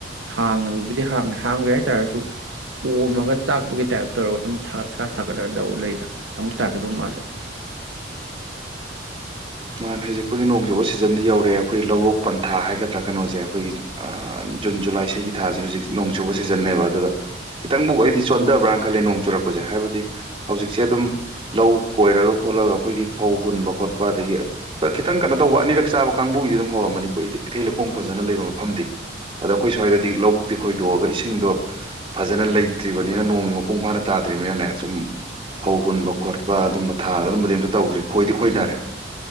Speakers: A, on the right; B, on the right.
A: ꯍꯥꯡꯕꯨꯗꯤ ꯍꯥꯡꯈ꯭ꯔꯦ ꯍꯥꯡꯈ꯭ꯔꯦ ꯍꯥꯏꯇꯥꯥꯔꯁꯨ ꯑꯣꯝꯃꯒ ꯆꯥꯛꯄꯒꯤ ꯇꯥꯏꯞ ꯇꯧꯔꯒ ꯑꯗꯨꯝ ꯁꯥ ꯁꯥꯒꯠꯂꯒ ꯂꯧ ꯂꯩꯗꯅ ꯑꯃꯨꯛ ꯇꯥꯛꯀꯗꯧ ꯃꯥꯜꯂꯦ
B: ꯃꯥꯥꯟꯅꯦ ꯍꯧꯖꯤꯛꯄꯨꯗꯤ ꯅꯣꯡ ꯆꯨꯕ ꯁꯤꯖꯟꯗꯤ ꯌꯧꯔꯛꯦ ꯑꯩꯈꯣꯏ ꯂꯧꯔꯣꯛ ꯄꯟꯊꯥ ꯍꯥꯏꯒꯗ꯭ꯔꯥ ꯀꯩꯅꯣꯁꯦ ꯑꯩꯈꯣꯏꯒꯤ ꯖꯨꯟ ꯖꯨꯂꯥꯏ ꯁꯤꯒꯤ ꯊꯥꯁꯦ ꯍꯧꯖꯤꯛ ꯅꯣꯡ ꯆꯨꯕ ꯁꯤꯖꯟꯅꯦꯕ ꯑꯗꯨꯗ ꯈꯤꯇꯪꯕꯨ ꯑꯩꯗꯤ ꯆꯣꯟꯊꯕ꯭ꯔꯅ ꯈꯂꯦ ꯅꯣꯡ ꯆꯨꯔꯛꯄꯁꯦ ꯍꯥꯏꯕꯗꯤ ꯍꯧꯖꯤꯛꯁꯦ ꯑꯗꯨꯝ ꯂꯧ ꯈꯣꯏꯔꯒ ꯈꯣꯠꯂꯒ ꯑꯩꯈꯣꯏꯒꯤ ꯐꯧ ꯍꯨꯟꯕ ꯈꯣꯠꯄ ꯑꯗꯒꯤ ꯈꯤꯇꯪ ꯀꯩꯅꯣ ꯇꯧꯕ ꯑꯅꯤꯔꯛ ꯆꯥꯕ ꯀꯥꯡꯕꯨꯒꯤꯗꯤ ꯑꯗꯨꯝ ꯍꯧꯔꯝꯃꯅꯤꯀꯣ ꯏꯊꯩ ꯂꯧꯈꯣꯡ ꯐꯖꯅ ꯂꯩꯕ ꯃꯐꯝꯗꯤ ꯑꯗꯣ ꯑꯩꯈꯣꯏ ꯁ꯭ꯋꯥꯏꯗꯗꯤ ꯂꯧꯕꯨꯛꯇꯤ ꯈꯣꯏꯗꯣꯛꯑꯒ ꯏꯁꯤꯡꯗꯣ ꯐꯖꯅ ꯂꯩꯇ꯭ꯔꯤꯕꯅꯤꯅ ꯅꯣꯡꯒꯤ ꯃꯄꯨꯡ ꯐꯥꯅ ꯇꯥꯗ꯭ꯔꯤꯕꯅꯤꯅꯅꯦ ꯁꯨꯝ ꯐꯧ ꯍꯨꯟꯕ ꯈꯣꯠꯄ ꯑꯗꯨꯝꯕ ꯃ ꯊꯥ ꯑꯗꯨꯝꯕꯗꯤ ꯑꯝꯇ ꯇꯧꯗ꯭ꯔꯤ ꯈꯣꯏꯗꯤ ꯈꯣꯏꯅꯔꯦ